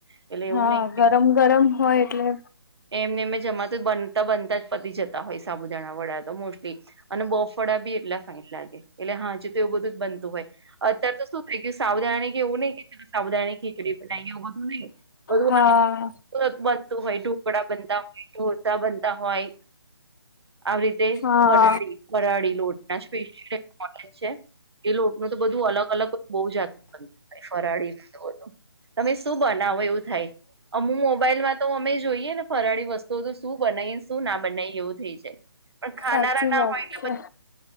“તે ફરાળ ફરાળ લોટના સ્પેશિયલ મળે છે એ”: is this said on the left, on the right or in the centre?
Right